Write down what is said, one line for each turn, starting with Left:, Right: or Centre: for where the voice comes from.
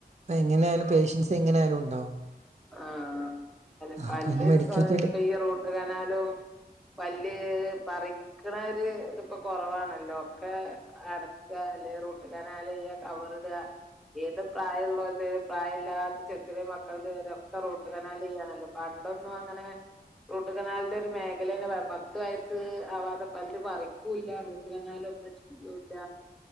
Right: എങ്ങന ആയാലും പേഷ്യൻസ് എങ്ങനെ ആയാലും ഉണ്ടാവും
Centre: ആഹ് അ
Right: ആ
Centre: പപ്പ
Right: അപ്പൊ അയിന് മെഡിക്കൽ ഫീൽഡ്
Centre: ഇപ്പ ഈ റൂട്ട് കനാലും പല്ല് പറിക്കണര് ഇതിപ്പൊ കൊറവാണല്ലോ ഒക്കെ അടക്ക അല്ലേ റൂട്ട് കനാൽ ചെയ്യാ കവർ ഇട ഏത് പ്രായം ഉള്ളൊൽത് പ്രായല്ലാത്ത ചെറിയ ചെറിയ മക്കളുടെ വരെ ഒക്കെ റൂട്ട്കനാല് ചെയ്യാണല്ലോ പണ്ടൊന്നും അങ്ങനെ റൂട്ട് കനാലിന്റെ ഒരു മേഖല തന്നെ പത്ത് വയസ്സ് ആവാതെ പല്ല് പറിക്കൂല്ല റൂട്ട്കനാലൊന്ന് യ്യൂല്ല